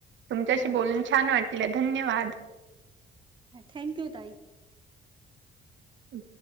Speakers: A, on the right (about 70°); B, on the right (about 25°).
A: तुमच्याशी
B: हो
A: बोलून छान वाटलं धन्यवाद
B: थँक्यू ताई
A: बाय